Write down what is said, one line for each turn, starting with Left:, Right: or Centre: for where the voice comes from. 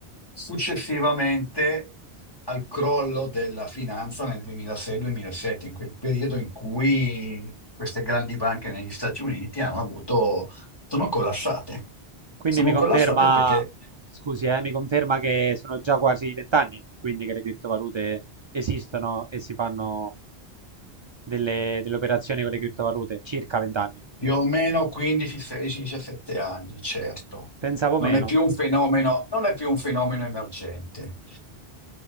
Left: successivamente al crollo della finanza nel 2006-2007, in quel periodo in cui queste grandi banche negli Stati Uniti hanno avuto, sono collassate.
Right: Quindi
Left: Sono
Right: mi conferma,
Left: collassate perché
Right: scusi, eh, mi conferma che sono già quasi vent'anni, quindi che le criptovalute esistono e si fanno delle, delle operazioni con le criptovalute, circa vent'anni.
Left: più o meno 15, 16, 17 anni, certo.
Right: Pensavo
Left: Non
Right: meno,
Left: è più un fenomeno, non è più un fenomeno emergente.